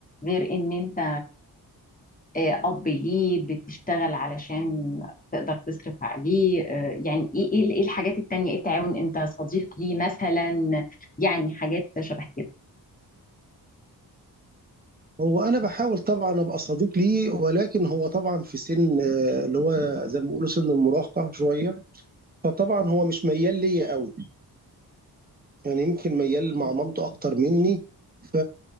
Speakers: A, on the left (about 20°); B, on the right (about 25°).
A: غير إن أنت آه، أب ليه بتشتغل علشان تقدر تصرف عليه آه، يعني إيه إيه إيه الحاجات التانية إيه التعاون أنت صديق ليه مثلا يعني حاجات شبه كده
B: هو أنا بحاول طبعا أبقى صديق ليه ولكن هو طبعا في سن آه، اللي هو زي ما بيقولوا سن المراهقة شوية فطبعا هو مش ميال ليا قوي يعني يمكن ميال مع مامته أكتر منّي، ف